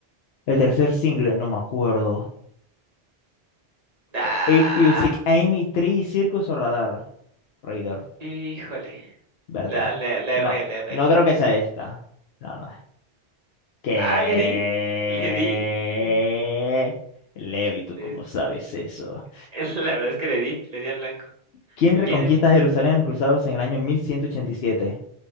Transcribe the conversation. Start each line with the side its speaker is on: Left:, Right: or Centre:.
Left: El tercer single, no me acuerdo.
Right: ¡Ah!
Left: If You Seek Amy, Tree, Circus o Radar. Radar,
Right: Híjole.
Left: ¿verdad?
Right: La, la, la
Left: No,
Right: erré, la erré.
Left: no creo que sea esta. No, no. ¿Qué?
Right: Ah, le di. Le di. y
Left: Leo, ¿y tú
Right: le-
Left: cómo sabes eso?
Right: <laughs> La verdad es que le di. Le di al blanco.
Left: ¿Quién reconquista
Right: ¿Quién? el-
Left: Jerusalén en los cruzados en el año 1187?